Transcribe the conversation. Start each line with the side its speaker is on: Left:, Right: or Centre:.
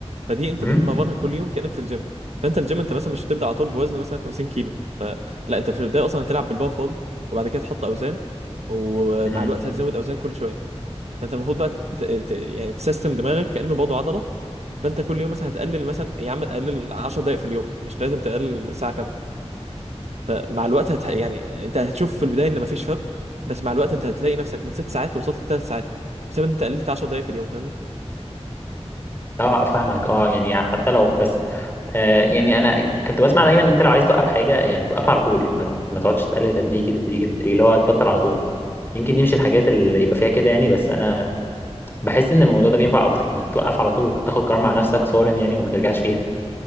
Right: فدي أنت
Left: امم
Right: بتمرنها كل يوم كأنك في الجيم فأنت الجيم أنت مثلا مش هتبدأ على طول بوزن مثلا 50 كيلو لا أنت في البداية أصلا هتلعب بالبار فاضي وبعد كده تحط أوزان ومع
Left: امم
Right: الوقت هتزود أوزان كل شوية فانت المفروض بقى ت... ت... يعني تسيستم دماغك كانه برضه عضله فانت كل يوم مثلا هتقلل مثلا يا عم قلل 10 دقائق في اليوم مش لازم تقلل ساعه كامله فمع الوقت هت... يعني انت هتشوف في البدايه ان مفيش فرق بس مع الوقت انت هتلاقي نفسك من ست ساعات وصلت لثلاث ساعات بسبب ان انت قللت 10 دقائق في اليوم فاهمني
Left: اه فاهمك اه يعني حتى لو بس آه يعني انا كنت بسمع دايما ان انت لو عايز توقف حاجه يعني توقفها على طول ما, ما تقعدش تقلل تدريجي تدريجي تدريجي اللي هو تبطل على طول يمكن دي مش الحاجات اللي يبقى فيها كده يعني بس انا بحس ان الموضوع ده بينفع اكتر انك توقف على طول وتاخد قرار مع نفسك صارم يعني وما ترجعش فيها